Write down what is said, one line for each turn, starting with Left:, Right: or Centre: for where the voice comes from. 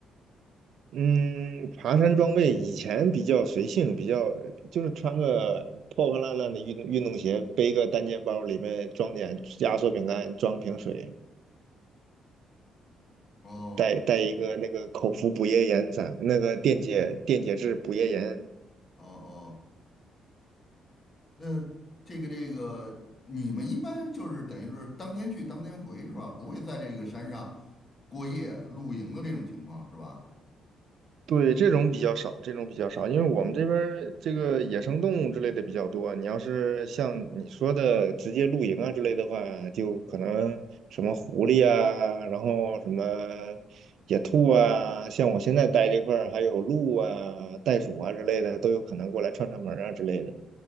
Right: 嗯，爬山装备以前比较随性，比较就是穿个破破烂烂的运运动鞋，背个单肩包，里面装点压缩饼干，装瓶水。
Left: 哦。
Right: 带带一个那个口服补液盐散，那个电解电解质补液盐。
Left: 哦哦，那这个这个，你们一般就是等于是当天去当天回是吧？不会在这个山上过夜露营的这种情况是吧？
Right: 对，这种比较少，这种比较少，因为我们这边儿这个野生动物之类的比较多。你要是像你说的直接露营啊之类的话，就可能什么狐狸啊，然后什么野兔啊，像我现在待这块儿还有鹿啊、袋鼠啊之类的，都有可能过来串串门儿啊之类的。